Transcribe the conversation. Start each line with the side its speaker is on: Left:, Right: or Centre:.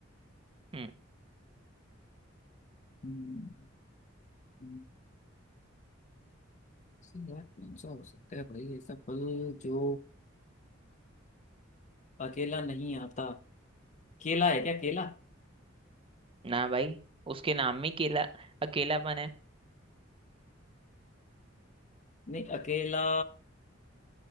Right: हम्म
Left: हम्म, हम्म, ऐसे यार कौन सा हो सकता है भाई ऐसा फल जो अकेला नहीं आता केला है क्या केला
Right: ना भाई उसके नाम में केला अकेलापन है
Left: नहीं अकेला